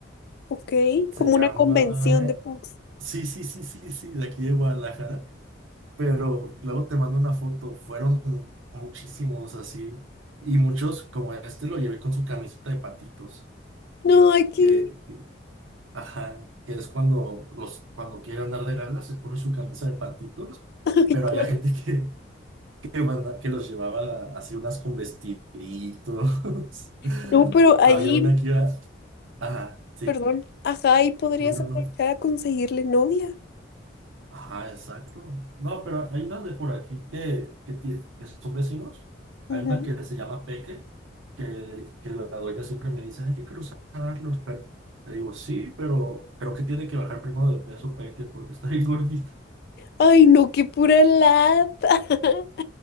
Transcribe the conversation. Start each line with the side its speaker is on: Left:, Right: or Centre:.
Left: Ok,
Right: Se
Left: como
Right: llama,
Left: una convención de punks.
Right: sí, sí, sí, sí, sí, de aquí de Guadalajara. Pero luego te mando una foto, fueron mu- muchísimos así, y muchos como este lo llevé con su camiseta de patitos,
Left: No, aquí,
Right: que, que- ajá, que es cuando los, cuando quiere andar de gala, se pone su camisa de patitos,
Left: <laughs> ay,
Right: pero
Left: cor-
Right: había gente <laughs> que, que, manda- que los llevaba así unas con vestiditos, <laughs>
Left: no, pero ahí,
Right: había una que iba, ajá, sí,
Left: perdón, ajá, ahí podrías
Right: no, no,
Left: aprovechar
Right: no.
Left: a conseguirle novia.
Right: Ajá, exacto. No, pero hay unas de por aquí que, que, ti- que son vecinos.
Left: Ujú.
Right: Hay una que se llama Peque, que, que la dueña siempre me dice, hay que cruzarlos, pero le digo, sí, pero creo que tiene que bajar primero de peso Peque porque está bien gordita. <laughs>
Left: Ay, no, qué pura lata. <laughs>